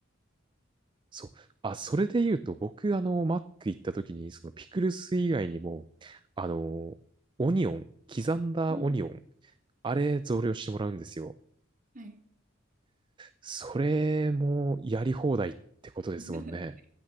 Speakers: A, on the right; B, on the right.
A: そう。あ、それで言うと、僕、あの、マック行った時に、そのピクルス以外にも、あの、オニオン、刻んだオニオン、
B: うん
A: あれ増量してもらうんですよ。
B: はい。
A: それもやり放題ってことですもんね。
B: <laughs>